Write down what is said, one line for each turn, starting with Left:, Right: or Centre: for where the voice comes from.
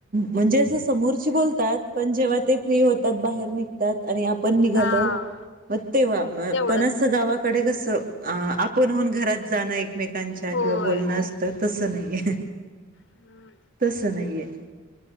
Right: म्हणजे अस समोरची बोल येतात पण जेव्हा ते फ्री होतात बाहेर निघतात. आणि आपण निघालो
Left: हा.
Right: मग तेव्हा मग
Left: तेवढंच
Right: फणस गावाकडे कस आपण होऊन घरात जाणं एक एकमेकांच्या
Left: होय.
Right: किंवा बोलणं असत तसं नाहीे
Left: हम्म
Right: तस नाहीये